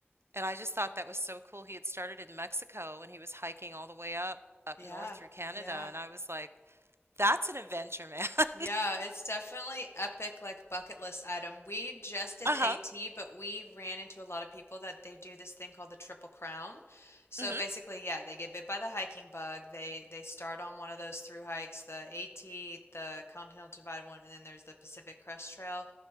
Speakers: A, on the right; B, on the left.
A: And I just thought that was so cool. He had started in Mexico and he was hiking all the way up up
B: Yeah.
A: north through Canada,
B: Yeah.
A: and I was like, that's an adventure, man.
B: Yeah,
A: <laughs>
B: it's definitely epic, like bucket list item. We just did
A: Uh-huh.
B: the AT, but we ran into a lot of people that they do this thing called the Triple Crown. So
A: Mhm.
B: basically, yeah, they get bit by the hiking bug. They they start on one of those through hikes, the AT, the Continental Divide one, and then there's the Pacific Crest Trail,